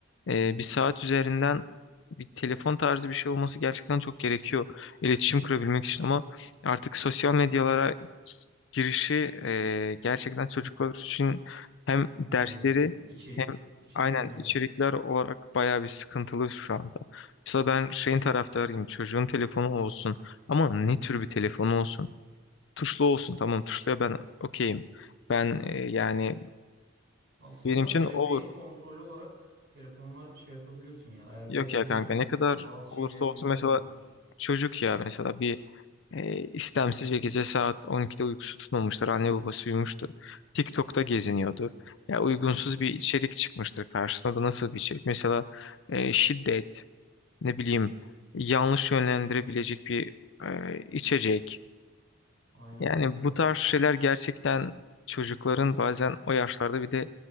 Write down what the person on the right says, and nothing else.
Aynen yani. İçerik,
içerik
önemli.
Aslında
ebeveyn
kontrolü olarak telefonlar şey yapabiliyorsun ya, ayarlayabiliyorsun.
Yani bazı
şeylere
giremiyorlar.
Aynen
kanka
ya.